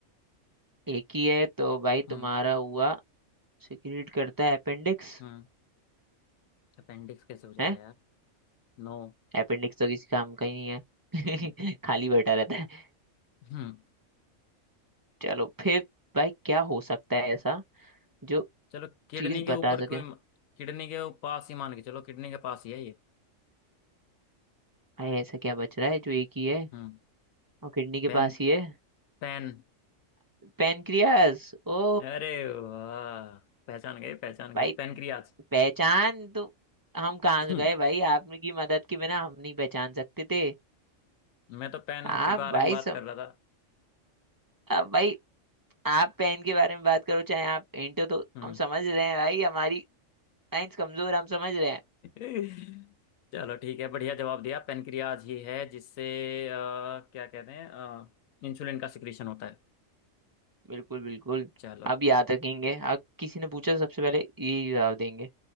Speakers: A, on the right (about 25°); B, on the left (about 85°).
A: एक ही है तो भाई
B: हम्म
A: तुम्हारा हुआ सिक्रीट करता है अपेंडिक्स
B: हम्म अपेंडिक्स कैसे हो जाएगा
A: है
B: यार नो
A: अपेंडिक्स तो किसी काम का ही नहीं
B: हम्म
A: है <laughs> खाली बैठा रहता है
B: हम्म
A: चलो फिर भाई क्या हो सकता है ऐसा जो
B: चलो किडनी
A: चीज
B: के
A: बता
B: ऊपर
A: सके
B: कोई किडनी के पास ही मान के चलो किडनी के पास ही है ये
A: अरे ऐसा क्या बच रहा है जो एक ही है
B: हम्म
A: और किडनी के
B: पेन
A: पास ही है
B: पेन
A: पेनक्रियास ओ
B: अरे वाह पहचान गए पहचान
A: भाई
B: गए पेनक्रियाज
A: पहचान तो हम कहाँ
B: हम्म
A: गए भाई आपकी मदद के बिना हम नहीं पहचान सकते थे
B: मैं तो पेन
A: आप
B: के बारे
A: भाई
B: में बात
A: सम,
B: कर रहा था
A: अब भाई आप पेन के बारे में बात करो चाहे आप इंटो तो
B: हम्म
A: हम समझ रहे हैं भाई हमारी साइंस कमजोर है, हम समझ रहे हैं
B: <laughs> चलो ठीक है बढ़िया जवाब दिया पेनक्रियाज ही है जिससे अ, क्या कहते हैं इंसुलिन का सिक्रीशन होता है
A: बिल्कुल बिल्कुल
B: चलो
A: अब याद रखेंगे अब किसी ने पूछा तो सबसे पहले यही जवाब देंगे